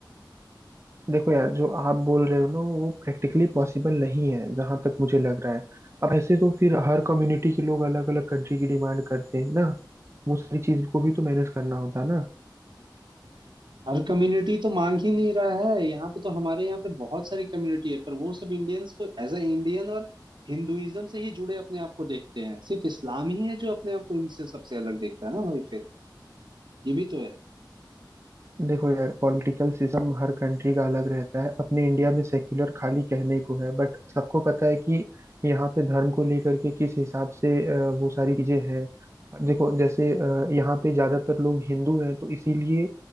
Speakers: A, on the right; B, on the right.
A: देखो यार जो आप बोल रहे हो ना वो प्रैक्टिकली पॉसिबल नहीं है जहां तक मुझे लग रहा है अब ऐसे तो फिर हर कम्युनिटी के लोग अलग अलग कंट्री की डिमांड करते हैं ना वो सारी चीज को भी तो मैनेज करना होता है ना
B: तो। हर कम्युनिटी तो मांग ही नहीं रहा है यहाँ पे तो हमारे यहाँ पे बहुत सारी कम्युनिटी है पर वो सब इंडियंस को एज अ इंडियन और हिंदुइज्म से ही जुड़े अपने आप को देखते हैं सिर्फ इस्लाम ही है जो अपने आप को इनसे सबसे अलग देखता है ना भाई फिर ये भी तो है
A: देखो यार पॉलिटिकल सिस्टम हर कंट्री का अलग रहता है अपने इंडिया में सेक्युलर खाली कहने को है बट सबको पता है कि यहाँ पे धर्म को लेकर के किस हिसाब से अ, वो सारी चीजें हैं अब देखो जैसे अ, यहाँ पे ज्यादातर लोग हिंदू हैं तो इसीलिए